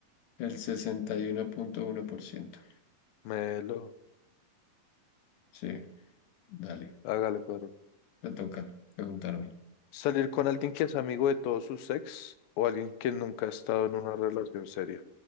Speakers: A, on the left (about 70°); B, on the left (about 85°).
A: El sesenta y uno uno punto uno por ciento.
B: Melo,
A: Sí, dale.
B: hágale, perro.
A: Te toca preguntarme.
B: Salir con alguien que es amigo de todos sus ex o alguien que nunca ha estado en una relación seria.